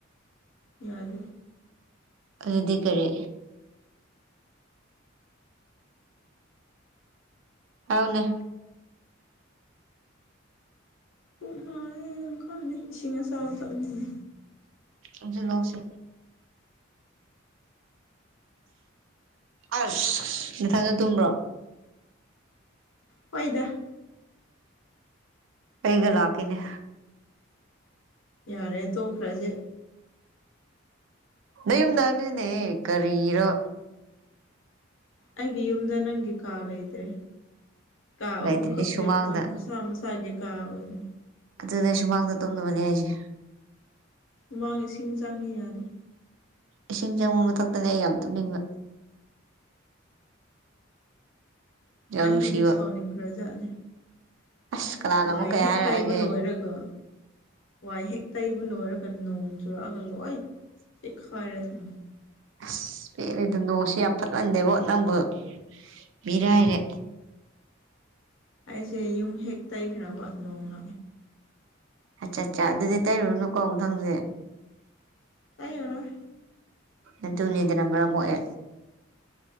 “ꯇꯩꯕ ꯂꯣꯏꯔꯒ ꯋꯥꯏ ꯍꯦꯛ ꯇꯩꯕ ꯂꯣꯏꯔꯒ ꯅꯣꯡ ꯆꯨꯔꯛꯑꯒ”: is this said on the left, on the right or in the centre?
Left